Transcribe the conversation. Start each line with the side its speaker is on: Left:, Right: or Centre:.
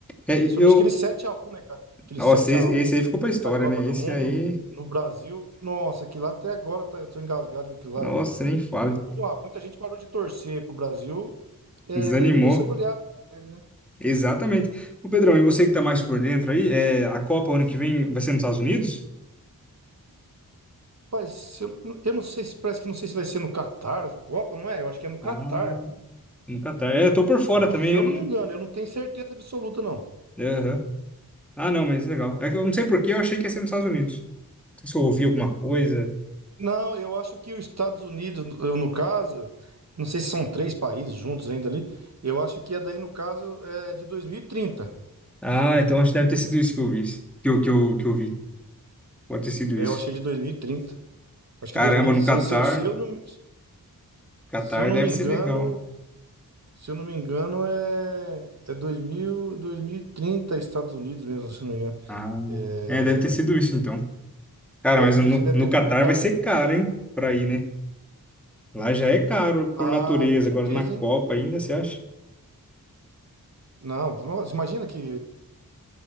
Centre: É,
Right: Principalmente
Centre: eu.
Right: aquele sete a um né, cara? Aquele
Centre: Nossa,
Right: sete
Centre: esse,
Right: a um
Centre: esse aí ficou pra história,
Right: da Copa
Centre: né?
Right: do
Centre: Esse
Right: Mundo
Centre: aí.
Right: no Brasil. Nossa, aquilo lá até agora tá, eu tô engasgado com aquilo lá,
Centre: Nossa,
Right: cara.
Centre: nem fale.
Right: Pô, ah, muita gente parou de torcer pro Brasil é,
Centre: Desanimou.
Right: devido a essa goleada que teve, né?
Centre: Exatamente. Ô Pedrão, e você que tá mais por dentro aí, é, a Copa ano que vem vai ser nos Estados Unidos?
Right: Rapaz, se eu, eu não sei se parece que não sei se vai ser no Catar essa Copa, não é? Eu acho que é no Catar.
Centre: Ah, no Catar. É, eu tô por fora
Right: Eu acho,
Centre: também,
Right: se eu
Centre: eu
Right: não
Centre: não...
Right: me engano, eu não tenho certeza absoluta, não.
Centre: é, aham. Ah, não, mas legal. É que eu não sei por que eu achei que ia ser nos Estados Unidos. Não sei se eu ouvi alguma coisa.
Right: Não, eu acho que os Estados Unidos, eu, no caso, não sei se são três países juntos ainda ali, eu acho que é daí, no caso, é de 2030.
Centre: Ah, então acho que deve ter sido isso que eu vi. Que eu, que eu, que eu vi. Pode ter sido
Right: Eu
Centre: isso.
Right: achei de 2030. Acho
Centre: Caramba,
Right: que dois mil e vinte
Centre: no
Right: e seis
Centre: Catar.
Right: se eu, se eu não,
Centre: Catar
Right: se eu não
Centre: deve
Right: me engano,
Centre: ser legal.
Right: se eu não me engano, é, é dois dois mil dois mil e trinta Estados Unidos mesmo, se eu não me engano.
Centre: Ah,
Right: É,
Centre: é, deve ter sido isso então. Cara,
Right: é
Centre: mas
Right: que
Centre: no,
Right: você deve
Centre: no
Right: ter
Centre: Catar
Right: um comentário
Centre: vai ser
Right: que...
Centre: caro, hein? Pra ir, né? Lá já é caro
Right: Ah,
Centre: por natureza.
Right: com certeza,
Centre: Agora na Copa
Right: hein?
Centre: ainda, você acha?
Right: Não, nossa, imagina que...